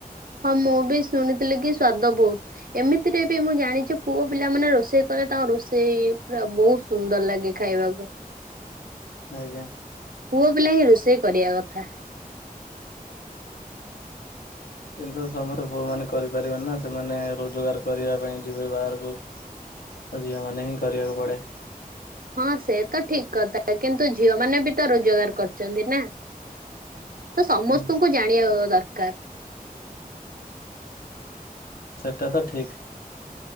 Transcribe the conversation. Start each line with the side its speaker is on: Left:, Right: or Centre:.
Right: ହଁ ମୁଁ ବି ଶୁଣିଥିଲି କି ସ୍ଵାଦ ବହୁତ୍। ଏମିତିରେ ବି ମୁଁ ଜାଣିଚି ପୁଅ ପିଲାମାନେ ରୋଷେଇ କଲେ ତାଙ୍କ ରୋଷେଇ ପୁରା ବହୁସ୍ ସୁନ୍ଦର୍ ଲାଗେ ଖାଇବାକୁ।
Left: ଆଜ୍ଞା।
Right: ପୁଅ ପିଲା ହିଁ ରୋଷେଇ କରିଆ କଥା।
Left: କିନ୍ତୁ ସମସ୍ତେ ପୁଅମାନେ କରିପାରିବେନି ନା ସେମାନେ ରୋଜଗାର କରିବା ପାଇଁ ଯିବେ ବାହାରକୁ। ଆଉ ଝିଅମାନେ ହିଁ କରିବାକୁ ପଡ଼େ।
Right: ହଁ ସେ ତ ଠିକ୍ କଥା କିନ୍ତୁ ଝିଅ ମାନେ ବି ତ ରୋଜଗାର କରିଛନ୍ତି ନା। ତ ସମସ୍ତଙ୍କୁ
Left: ହୁଁ
Right: ଜାଣିବା ଦରକାର।
Left: ସେଟା ତ ଠିକ୍।